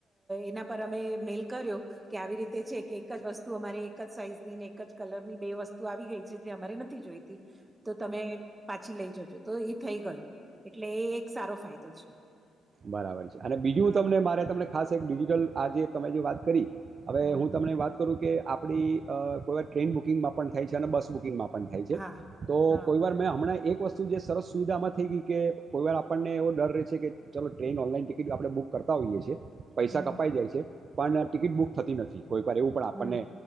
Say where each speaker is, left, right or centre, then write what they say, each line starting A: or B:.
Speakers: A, on the right; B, on the right.
A: એના પર અમે <unintelligible> મેલ કર્યો કે આવી રીતે છે, કે એક જ વસ્તુ અમારે એક જ સાઈઝ ની ને એક જ કલર ની બે વસ્તુ આવી ગઈ. જે અમારી નથી જોઈતી તો તમે પાછી લઈ જજો તો એ થઈ ગયું. એટલે એ એક સારો ફાયદો છે.
B: બરાબર છે, અને બીજું
A: હમ
B: તમને મારે તમને ખાસ એક ડિજટલ આ જે તમે જે વાત કરી હવે
A: હમ
B: હું તમને વાત કરું કે આપડી અ કોઈ વા ટ્રેન બુકિંગમાં પણ થાય છે, અને બસ બુકિંગમાં પણ પણ થાય છે,
A: હા
B: તો
A: હા
B: કોઈ
A: હા
B: વાર મેં હમણા એક વસ્તુ જે સરસ સુવિધામાં થઈ ગઈ કે કોઈ વાર આપણને એવો ડર રહે છે, કે ચાલો ટ્રેન ઓનલાઈન ટિકિટ આપણે બૂક કરતા હોઈએ છીએ પૈસા
A: હમ
B: કપાઈ જાય છે, પણ ટિકિટ બુક થતી નથી. કોઈ વાર એવું પણ આપણને
A: હમ